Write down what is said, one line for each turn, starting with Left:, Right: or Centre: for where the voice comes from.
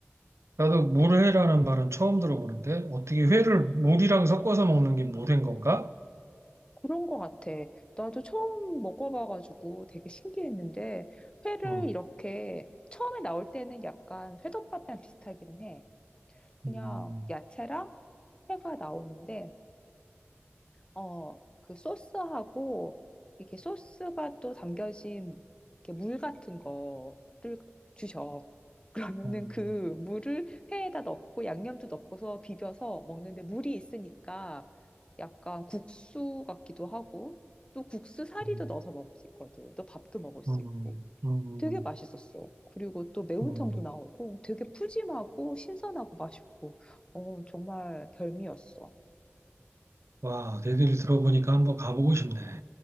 Right: 나도 물회라는 말은 처음 들어보는데 어떻게 회를 물이랑 섞어서 먹는 게 물회인 건가?
Left: 그런 거 같아. 나도 처음 먹어봐가지고 되게 신기했는데 회를
Right: 음,
Left: 이렇게 처음에 나올 때는 약간 회덮밥이랑 비슷하기는 해. 그냥
Right: 음,
Left: 야채랑 회가 나오는데, 어, 그 소스하고, 이렇게 소스가 또 담겨진 이렇게 물 같은 거를 주셔. <laughs> 그러면은
Right: 음,
Left: 그 물을 회에다 넣고 양념도 넣고서 비벼서 먹는데 물이 있으니까 약간 국수 같기도 하고, 또 국수 사리도
Right: 음,
Left: 넣어서 먹을 수 있거든. 또 밥도 먹을 수
Right: 음,
Left: 있고.
Right: 음, 음.
Left: 되게 맛있었어. 그리고 또 매운탕도
Right: 음.
Left: 나오고 되게 푸짐하고 신선하고 맛있고, 어, 정말 별미였어.
Right: 와, 내 얘기를 들어보니까 한번 가보고 싶네.